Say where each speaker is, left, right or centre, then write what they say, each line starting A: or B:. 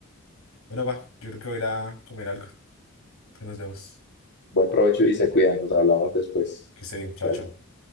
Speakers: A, on the left; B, on the left.
A: Bueno, va, yo creo que voy a ir a comer algo. Entonces nos vemos.
B: Buen provecho y se cuidan. Nos hablamos después.
A: Que esté bien. Chao,
B: Gracias.
A: chao.